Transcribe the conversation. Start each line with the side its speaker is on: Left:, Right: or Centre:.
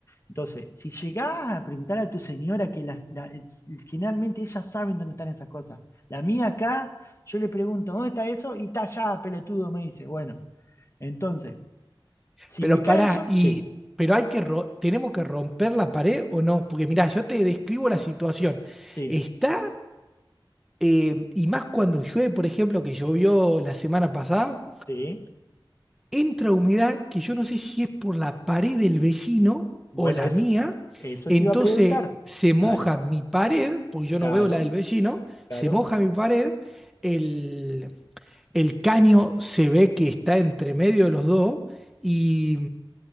Left: Entonces, si llegás a preguntar a tu señora, que las, la- generalmente ellas saben dónde están esas cosas. La mía acá, yo le pregunto, ¿dónde está eso? Y está allá, pelotudo, me dice. Bueno, entonces, si
Centre: Pero
Left: ubicás
Centre: pará,
Left: eso,
Centre: y.
Left: sí,
Centre: Pero hay que ro- tenemos que romper la pared o no, porque mirá, yo te describo la situación.
Left: sí,
Centre: Está, eh, y más cuando llueve, por ejemplo, que llovió la semana pasada.
Left: sí.
Centre: entra humedad que yo no sé si es por la pared del vecino
Left: Bueno,
Centre: o la
Left: eso,
Centre: mía,
Left: eso
Centre: entonces
Left: te iba a preguntar.
Centre: se moja
Left: Dale,
Centre: mi pared, porque yo
Left: claro,
Centre: no veo la del vecino,
Left: claro,
Centre: se moja mi pared, el, el caño se ve que está entre medio de los dos y,